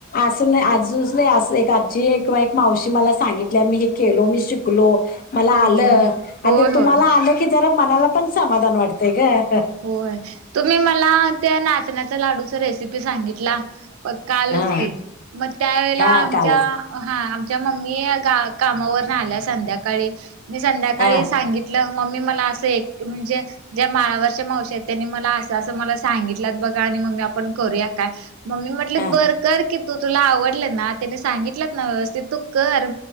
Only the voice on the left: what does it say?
असं नाही आज नाही अस आजी आहे किंवा एक माव म सांगित मी खलो मी शिकलो म आ
तुम्हाला
आ क ज मनाला पण समाधान वाटतय का
हा
हा
कालच
हा
हा